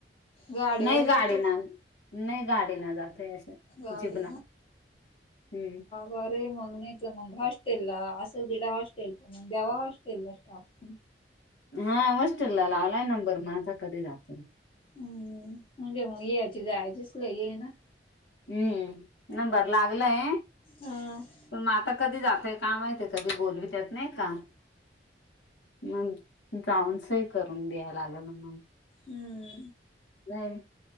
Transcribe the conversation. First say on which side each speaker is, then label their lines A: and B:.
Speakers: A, on the left; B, on the left.
A: गाडीवर
B: नाई
A: जातात
B: गाडी ना नाई गाडी न जातय असं
A: गाडी
B: जीभन हम्म
A: बरय मंग नाहीेत मग हॉस्टेल असल दिडा हॉस्टेल तर मंग दयावा हॉस्टेलाच टाकून
B: हा हॉस्टेल ला लावलाय नंबर म आता कधी जातोय
A: हम्म म्हणजे मग यायची जायचीच लय हे हाय ना
B: हम्म. नंबर लागलय
A: हा
B: पण मग आता कधी जातय काय माहित कधी बोलवीत्यात नाही का मग जाऊन सही करून द्याया लागेल ना मग
A: हम्म
B: नाही